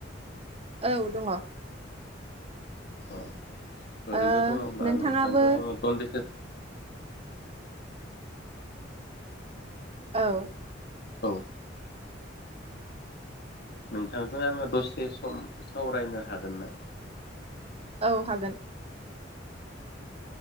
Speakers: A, on the right; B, on the left.
A: औ दङ
B: औ
A: ओ
B: ओरैनो दङब्ला
A: नोंथाङाबो
B: नोंथांजों आङो दनदिसे
A: औ
B: औ नोंथांजों आङो दसे सम सावरायनो हागोन ना?
A: औ हागोन